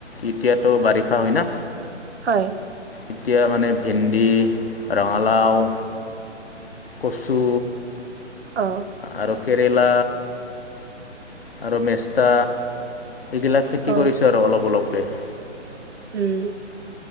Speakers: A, on the left; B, on the right.
A: এতিয়াতো বাৰিষা হয় না
B: হয়।
A: এতিয়া মানে ভেন্দি, ৰঙালাও কচু,
B: অহ
A: আৰু কেৰেলা আৰু মেষ্টা এইগিলাক খেতি
B: অ
A: কৰিছোঁ আৰু অলপ অলপকে <unintelligible>
B: উম